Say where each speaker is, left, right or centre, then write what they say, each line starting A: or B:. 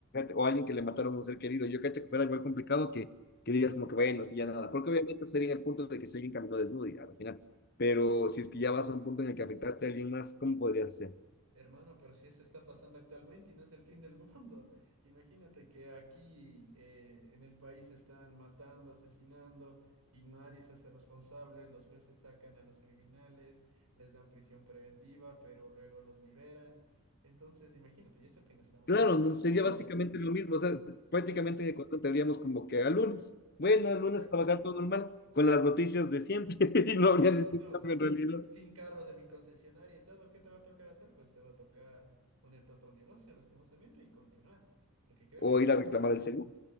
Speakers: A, on the left; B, on the right.
A: o alguien que le mataron a un ser querido. Yo cacho que fuera igual complicado que que digas como que bueno, si ya nada, porque obviamente sería el punto de que si alguien caminó desnudo y al final. Pero si es que ya vas a un punto en el que afectaste a alguien más, ¿cómo podrías hacer?
B: Hermano, pero si eso está pasando actualmente y no es el fin del mundo. <laughs> Imagínate que aquí eh, en el país están matando, asesinando y nadie se hace responsable. Los jueces sacan a los criminales, les dan prisión preventiva, pero luego los liberan. Entonces, imagínate, y eso que no estamos
A: Claro,
B: en el fin
A: no
B: del
A: sería
B: mundo.
A: básicamente lo mismo, o sea, prácticamente
B: Es
A: en Ecuador estaríamos como que a lunes. Bueno,
B: exacto.
A: el lunes trabajar todo normal, con las noticias de siempre, <laughs> y
B: Como
A: no habría
B: dices
A: ningún
B: tú,
A: cambio
B: sin,
A: en realidad.
B: sin carros de mi concesionaria y todo, ¿qué te va a tocar hacer? Pues te va a tocar ponerte a otro negocio, lastimosamente, y continuar, porque créeme
A: O
B: que
A: ir
B: no
A: a reclamar
B: habrá opción.
A: el seguro.